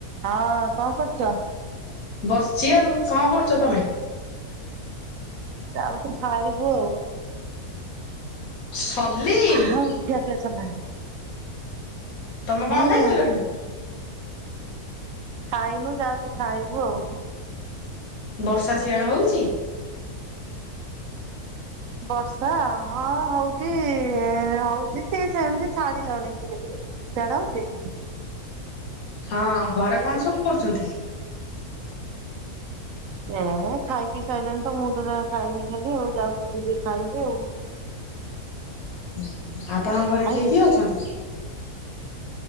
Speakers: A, on the right; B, on the left.
A: ହଁ କଣ କରୁଛ?
B: ବସିଛି ଆଉ କଣ କରୁଛ ତମେ?
A: ଯାଉଛି ଖାଇବୁ
B: ସଲି
A: ଆଉ <unintelligible> <unintelligible>
B: ତମେ
A: ହୁଁ
B: କଣ ଖାଇ ସାଇଲଣି?
A: ଖାଇନୁ ଯାଉଛି ଖାଇବୁ ଆଉ।
B: ବର୍ଷା ସିଆଡେ ହଉଛି?
A: ବର୍ଷା ହଁ ହଉଛି ଏ ହଉଛି ସେ ସେମତି ଛାଡି ଯାଉଛି ଟିକେ ଟିକେ। ସିଆଡେ ହଉଛି?
B: ହଁ ଘରେ କଣ ସବୁ କରୁଛନ୍ତି?
A: ଏ ଖାଇ ପିଇ ସାଇଲଣି ତ ମୁଁ ତ ଯା ଖାଇନି ଖାଲି ଆଉ ଯାଉ ଯିବି ଖାଇବି ଆଉ। <inaudible>
B: ହୁଁ ଆପଣଙ୍କ ଘରେ
A: କାଇଁ
B: କିଏ
A: କି?
B: କିଏ ଅଛନ୍ତି?